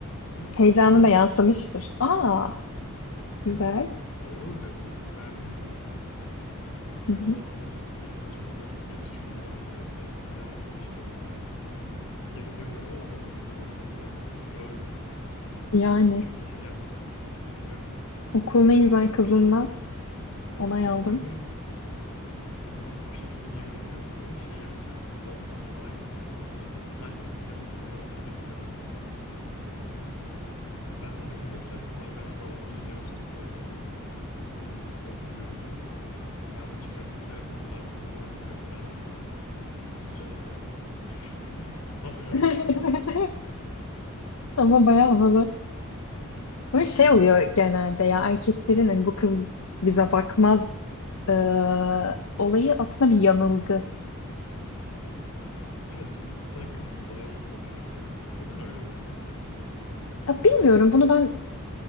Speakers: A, on the left; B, on the left.
A: Sonra
B: heyecanı
A: olur
B: da yansımıştır.
A: dedi.
B: Aa
A: Evet.
B: güzel.
A: Olur dedi. Verdi numarasını.
B: Hı hı.
A: O zamanlar elimde çok saçma S3 mini vardı. Evet telefonum yazdım işte böyle. Geri dönüyorum ama nasıl bir gururluyum böyle. Görme.
B: Yani
A: İlk önce şey yaptım. Böyle
B: okulun
A: Yüzüm
B: en güzel
A: asık
B: kızından
A: bir şekilde.
B: onay aldım.
A: Evet evet. Yüzüm asık bir şekilde geri dönüyorum. Böyle şey yapacağım. Olmadı falan gibisine. Sonra işte psych yapıp numarasını göstereceğim. Ben daha yürürken bunlar bana dalga geçmeye başladı uzaktan. Yüzüm asık olduğunu görünce. Ben de çıkarttım telefonu sadece numarasını gösterdim böyle. Susacağınız yaptım. <laughs> Havaya
B: <laughs>
A: bak.
B: Ama bayağı havalı. Böyle şey
A: Tabii
B: oluyor
A: canım.
B: genelde ya erkeklerin hani bu kız bize bakmaz eee, olayı aslında bir yanılgı.
A: Evet şimdi sen kızsın daha iyi konuşursun onu. Neden öyle oluyor?
B: Ya bilmiyorum bunu ben